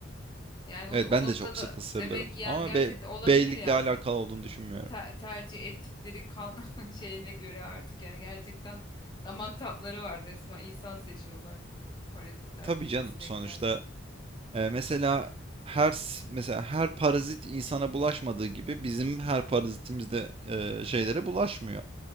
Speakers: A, on the left; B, on the right.
A: Yani
B: evet
A: o, o
B: ben
A: noktada
B: de çok sık ısırılırım
A: demek ki yani
B: ama
A: gerçekten
B: B
A: olabilir
B: B'likle
A: yani.
B: alakalı olduğunu düşünmüyorum.
A: ter- tercih ettikleri kan <laughs> şeyine göre artık yani gerçekten damak tatları var resmen insan seçiyorlar parazitler
B: Tabii
A: ya
B: canım
A: da sinekler.
B: sonuçta e, mesela her s- mesela her parazit insana bulaşmadığı gibi bizim her parazitimiz de e, şeylere bulaşmıyor.